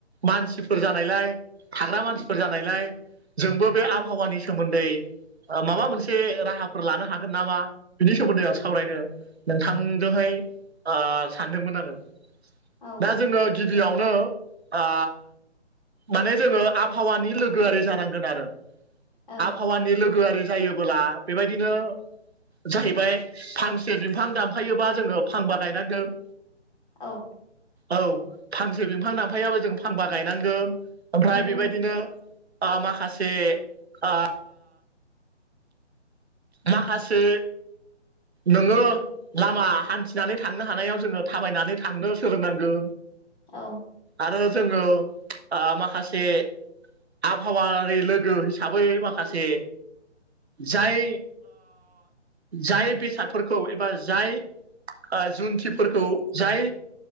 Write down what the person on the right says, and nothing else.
मानसिफोर जानायलाय थाग्रा मानसिफोर
जानायलाय जोंबो बे
आबहावानि सोमोन्दै माबा मोनसे राहाफोर लानो हागोन नामा बिनि सोमोन्दै आं सावरायनो नोंथांजोंहाय सानदोंमोन आरो
दा जोंङो गिबियावनो आ माने जोंङो आबहावानि लोगोआरि जानांगोन आरो।
आबहावानि लोगोआरि जायोबोला बेबायदिनो जाहैबाय फांसे बिफां दानफायोबा जोंङो फांबा गायनांगोन।
औ फांसे बिफां दांफायाबो जों फांबा गायनांगो। ओमफ्राय
बेबायदिनो ओ माखासे आ माखासे नोंङो लामा हान्थिनानै थांनो हानायाव जोंङो थाबायनानै थांनो सोलोंनांगो।
आरो जोंङो माखासे आबहावानि लोगो हिसाबै माखासे जाय जाय बेसादफोरखौ एबा जाय ओ जुन्थिफोरखौ
जाय